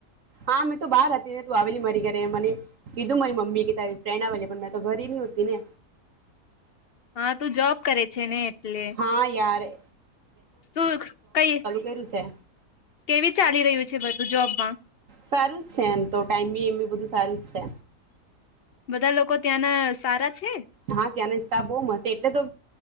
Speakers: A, on the right; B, on the left.
A: હા મેં તો બહાર હતી ને તું આવેલી મારી ઘરે મને કીધું મારી મમ્મી કે તારી ફ્રેન્ડ આવેલી પણ મેં તો ઘરે નહ હોતી ને
B: હા તું જોબ કરે છે ને? એટલે
A: હા યાર એ
B: શું કઈ
A: કર્યું છે
B: કેવી ચાલી રહ્યું છે બધું જોબમાં.
A: સારું જ છે એમ તો ટાઈમી એમ બી બધું સારું જ છે.
B: બધા લોકો ત્યાંના સારા છે
A: હા, ત્યાંને સ્ટાફ બહુ મસે એટલે તો